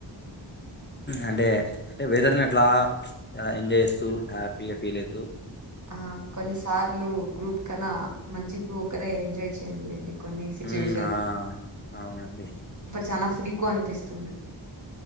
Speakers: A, on the left (about 25°); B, on the right (about 40°).
A: అంటే వెదర్ ని అట్లా ఎంజాయ్ చేస్తూ హ్యాపీగా ఫీల్ అయి
B: ఆ కొన్నిసార్లు గ్రూప్ కన్నా మంచిగా ఒకరే ఎంజాయ్ చేయ్యాలండి. కొన్ని స్విచ్చువేషన్
A: ఉమ్, ఆ అవునండి
B: చనా ఫ్రీ కు అనిపిస్తుంది.